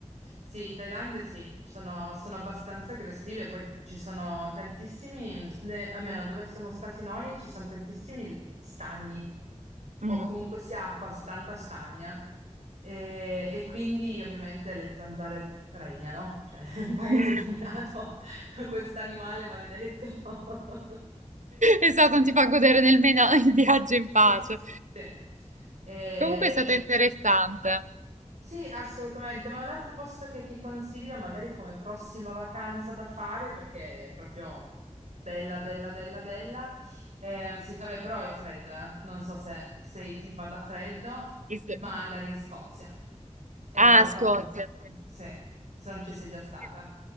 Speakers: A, on the right; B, on the right.
A: Sì, Thailandia sì, sono, sono abbastanza aggressive, poi ci sono tantissimi, mh, ne- almeno dove siamo stati noi, ci sono tantissimi stagni,
B: Mm.
A: o comunque sia acqua, s- tanta stagna, e, e quindi ovviamente le zanzare regnano, cioè <laughs> è un paese
B: <laughs>
A: dominato <laughs> da questo animale maledetto. <laughs>
B: Esatto, non ti fa godere nemmeno il viaggio in
A: Sì,
B: pace.
A: sì, sì, sì. sì. E,
B: Comunque è stato interessante.
A: Sì, assolutamente, ma un altro posto che ti consiglio magari come prossima vacanza da fare, perché è proprio bella, bella, bella, bella. ehm, se- vabbè, però è freddo, eh. Non so se sei tipa da freddo,
B: Is-
A: ma andare in Scozia è
B: Ah,
A: qualcosa
B: Scozia,
A: di... Sì, se non ci sei già stata,
B: sì.